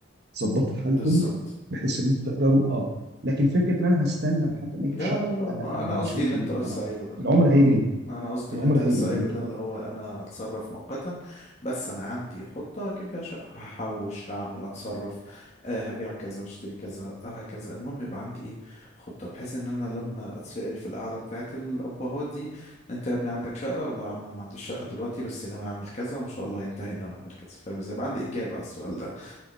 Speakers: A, on the right; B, on the left.
A: تظبطوا حالكم
B: بالظبط
A: بحيث
B: مم.
A: ان انتوا تقدروا اه لكن فكره ان انا هستنى لحد ما اجيب
B: لا
A: شقه
B: لا لا
A: لا
B: ما
A: انا
B: انا
A: انا
B: قصدي
A: شايف
B: اللي
A: ان
B: انت لسه
A: اه
B: قايله ده
A: العمر
B: انا
A: هيجري
B: انا قصدي
A: العمر
B: اللي انت
A: هيجري
B: لسه قايله
A: بيك
B: ده
A: يعني
B: اللي هو انا هتصرف مؤقتا بس انا عندي خطة اجيب بيها شقة هحوش هعمل اتصرف آه هبيع كذا واشتري كذا او هكذا المهم يبقى عندي ايه خطة بحيث ان انا لما اتسأل في القعدة بتاعت الابهات دي انت يا ابني عندك شقة ولا يا عم انا ما عنديش شقة دلوقتي بس ناوي اعمل كذا وان شاء الله ينتهي ان انا اعمل كذا فاهم ازاي يبقى عندي اجابة على السؤال ده